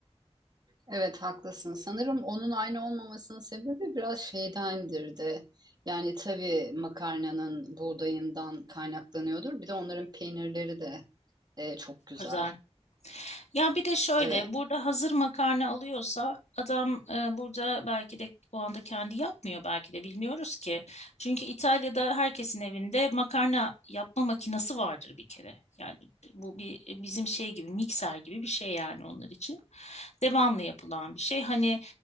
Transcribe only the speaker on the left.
özel. Ya bir de şöyle
burada hazır makarna alıyorsa adam e, burada belki de o anda kendi yapmıyor belki de bilmiyoruz ki. Çünkü İtalya'da herkesin evinde makarna yapma makinesi vardır bir kere. Yani bu bir bizim şey gibi mikser gibi bir şey yani onlar için. devamlı yapılan bir şey. Hani